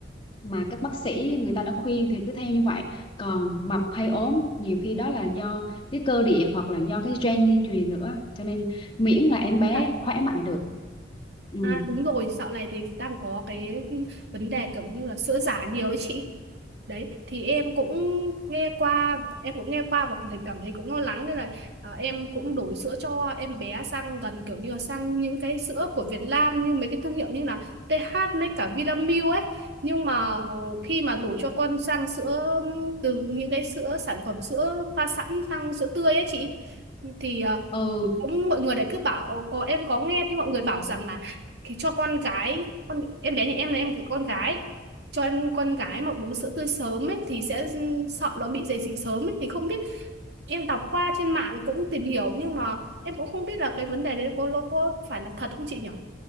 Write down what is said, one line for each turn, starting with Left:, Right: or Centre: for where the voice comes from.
Left: mà các bác sĩ người ta đã khuyên thì cứ theo như vậy còn mập hay ốm nhiều khi đó là do cái cơ địa hoặc là do cái gen di truyền nữa cho nên miễn là em bé
Right: dạ,
Left: khỏe
Right: ừ.
Left: mạnh là được ừ
Right: à đúng rồi dạo này thì đang có cái vấn đề kiểu như là sữa giả nhiều ấy chị đấy thì em cũng nghe qua em cũng nghe qua và mình cảm thấy cũng lo lắng nên là ờ, em cũng đổi sữa cho em bé sang gần kiểu như là sang những cái sữa của Việt Nam như mấy cái thương hiệu như là TH với cả Vinamilk ấy nhưng mà khi mà đổi cho con sang sữa từ những cái sữa sản phẩm sữa pha sẵn sang sữa tươi ấy chị thì ờ,
Left: ừ
Right: cũng mọi người đấy cứ bảo có em có nghe thì mọi người bảo rằng là thì cho con gái con em bé nhà em là em là con gái cho em con gái mà uống sữa tươi sớm ấy thì sẽ sợ nó bị dậy thì sớm ấy thì không biết em đọc qua trên mạng cũng tìm hiểu nhưng mà em cũng không biết là cái vấn đề đấy có nó có phải là thật không chị nhỉ